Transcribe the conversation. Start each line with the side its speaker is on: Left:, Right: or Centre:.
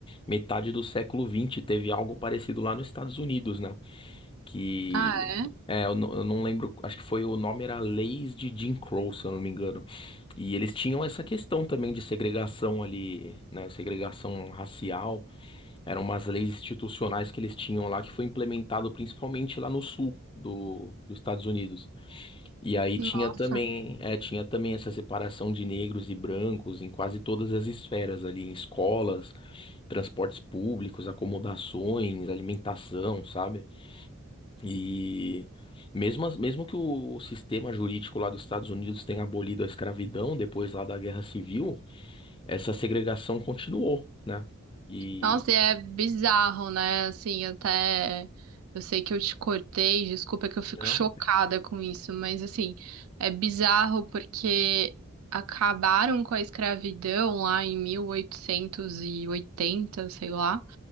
Left: metade do século XX, teve algo parecido lá nos Estados Unidos, né? Que
Right: Ah,
Left: é, eu, não eu não lembro, acho que foi o nome era Leis de Jim Crow, se eu não me engano. E eles tinham essa questão também de segregação ali, né? Segregação racial. Eram umas leis institucionais que eles tinham lá, que foi implementado principalmente lá no sul do, dos Estados Unidos. E aí
Right: é.
Left: tinha
Right: nossa.
Left: também, é, tinha também essa separação de negros e brancos em quase todas as esferas ali, em escolas, transportes públicos, acomodações, alimentação, sabe? E mesmo, as- mesmo que o sistema jurídico lá dos Estados Unidos tenha abolido a escravidão depois lá da Guerra Civil, essa segregação continuou, né? E
Right: Nossa, e é bizarro, né? Assim, até eu sei que eu te cortei, desculpa que eu fico
Left: não.
Right: chocada com isso, mas assim, é bizarro porque acabaram com a escravidão lá em 1880, sei lá.